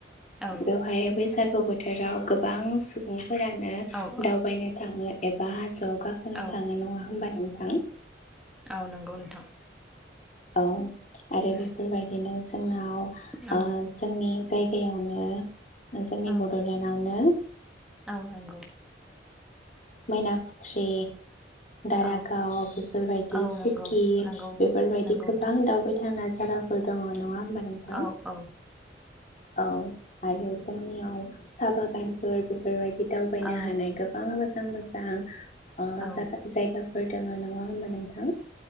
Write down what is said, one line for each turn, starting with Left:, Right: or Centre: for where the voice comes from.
Centre: औ
Left: बेवहाय बैसागु बो थोराव गोबां सुबुं फोरानो
Centre: औ
Left: दावबायनो थाङो। एबा हाजोआव। गाखोनो
Centre: औ
Left: थाङो नङा होनबा नोंथां?
Centre: औ नंगौ नोंथां।
Left: औ आरो
Centre: उम
Left: बेफोर बायदिनो। जोंनाव।
Centre: औ
Left: ओं जोंनि। जायगायावनो। जोंनि
Centre: औ
Left: बड'लेण्डआवनो।
Centre: औ नंगौ
Left: मैना फख्रि। दारागाव
Centre: औ
Left: बेफोर बायदि
Centre: औ
Left: सिकि
Centre: नंगौ नंगौ
Left: बेफोर बायदि
Centre: नंगौ
Left: गोबां
Centre: नोंथां
Left: दावबाय थावना <unintelligible> दङ नङा होनबा नोंथां?
Centre: औ औ
Left: औ आरो जोंनियाव साहा बागानफोर बेफोर बायदि दावबायनो
Centre: औ
Left: हानाय गोबां मोजां मोजां अ
Centre: औ
Left: जागा जायगा फोर दोङो नङा होनबा नोंथां?